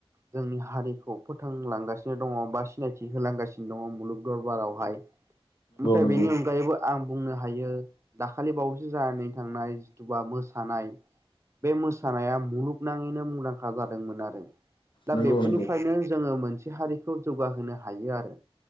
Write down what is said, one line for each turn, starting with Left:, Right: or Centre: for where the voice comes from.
Right: जोंनि हारिखौ फोथांलांगासिनो दङ बा सिनायथि होलांगासिनो दङ मुलुग दरबारावहाय ओमफ्राय
Left: नंगौ
Right: बेनि अनगायैबो आं बुंनो हायो दाखालि बावैसो जानानै थांनाय जिथुबा मोसानाय बे मोसानाया मुलुगनाङैनो मुंदांखा जादोंमोन आरो दा
Left: नंगौ
Right: बेफोरनिफ्रायनो
Left: नंगौ
Right: जोङो मोनसे हारिखौ जौगाहोनो हायो आरो